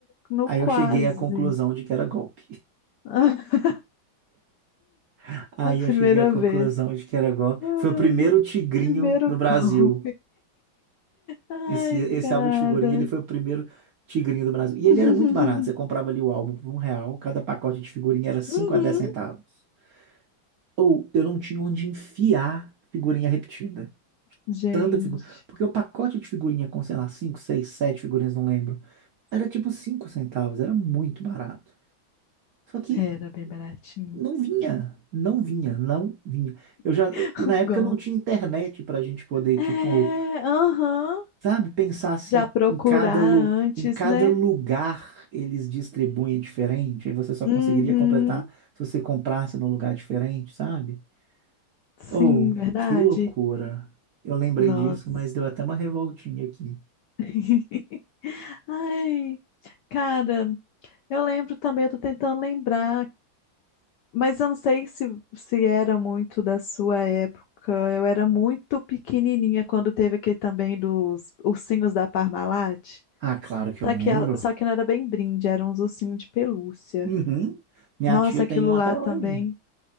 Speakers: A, on the left (about 70°); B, on the right (about 65°).
A: no
B: Aí
A: quase.
B: eu cheguei à conclusão de que era golpe.
A: <laughs>
B: <laughs> Aí
A: A primeira
B: eu cheguei à conclusão
A: vez.
B: de que era golpe.
A: Ai,
B: Foi o primeiro tigrinho
A: primeiro
B: do Brasil.
A: gol. Ai,
B: Esse, esse
A: cara.
B: álbum de figurinha, ele foi o primeiro tigrinho do Brasil. E
A: <laughs>
B: ele era muito barato. Você comprava ali o álbum por um real. Cada pacote de figurinha era cinco
A: Uhum.
B: a dez centavos. Ou eu não tinha onde enfiar figurinha repetida.
A: Gente,
B: tanta figura. Porque o pacote de figurinha com, sei lá, 5 6 7 figurinhas, não lembro. Era tipo 5 centavos, era muito barato. Só que
A: era bem baratinho.
B: não vinha, não vinha, não vinha. Eu já,
A: <laughs>
B: e na
A: O
B: época
A: gol.
B: não tinha internet pra gente poder,
A: É,
B: tipo,
A: aham.
B: sabe, pensar se
A: Já procurar
B: em cada, lu,
A: antes,
B: em cada
A: né?
B: lugar eles distribuem diferente. Aí você só
A: Uhum.
B: conseguiria completar se você comprasse num lugar diferente, sabe?
A: Sim,
B: Oh,
A: verdade.
B: que loucura. Eu lembrei
A: Nossa.
B: disso, mas deu até uma revoltinha aqui.
A: <laughs> Ai, cara, eu lembro também, eu tô tentando lembrar Mas eu não sei se, se era muito da sua época. Eu era muito pequenininha quando teve aquele também dos ursinhos da Parmalat.
B: Ah, claro que eu
A: Só
B: lembro.
A: que, ela- só que não era bem brinde, eram uns ursinhos de pelúcia.
B: Uhum. Minha
A: Nossa,
B: tia
A: aquilo
B: tem um até
A: lá também,
B: hoje.